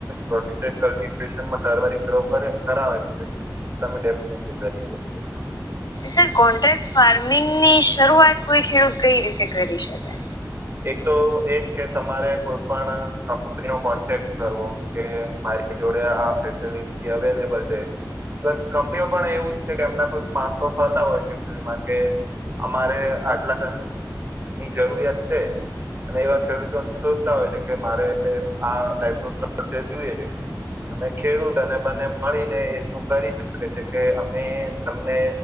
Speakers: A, on the right (about 35°); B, on the left (about 65°).
A: પ્રોટેક્ટેડ કલ્ટિવેશનમાં ટર્મરી કર્રો કરે. કરાવે છે તમે ડેફિનેટલી કરી શકો. છો
B: સર કોન્ટ્રાક્ટ ફાર્મિંગની શરૂઆત કોઈ ખેડૂત કઈ રીતે કરી શકે?
A: એક તો એ કે તમારે કોઈ પણ કંપની નો કોન્ટેક્ટ કરવો કે મારી જોડે આ ફેસિલિટી અવેલેબલ છે. બસ કંપનીઓ પણ એવું જ છે કે એમના કોઈક માણસો ફરતા હોય છે ફિલ્ડમાં કે અમારે આટલા ટનની જરૂરિયાત છે. અને એવા ખેડૂતોને શોધતા હોય છે કે મારે આ ટાઈપનો સ્ટ્રક્ચર જોયે છે. અને ખેડૂત અને બને મળીને એ રીતનું કરી શકે છે કે અમે તમને